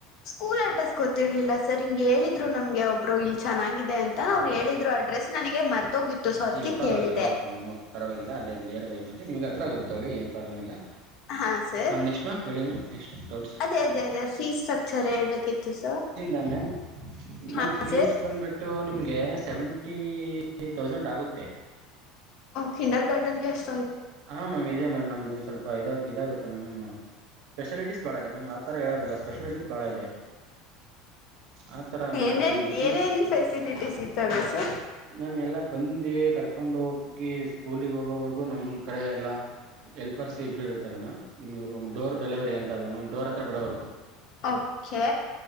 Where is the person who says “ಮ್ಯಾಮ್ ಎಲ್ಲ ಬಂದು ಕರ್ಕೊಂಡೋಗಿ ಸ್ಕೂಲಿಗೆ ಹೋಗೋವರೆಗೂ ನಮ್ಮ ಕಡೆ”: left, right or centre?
Right